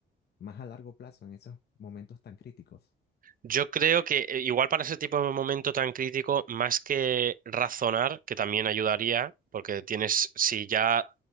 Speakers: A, on the left; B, on the right.
A: más a largo plazo en esos momentos tan críticos?
B: Yo creo que eh, igual para ese tipo de momento tan crítico, más que razonar, que también ayudaría, porque tienes, si ya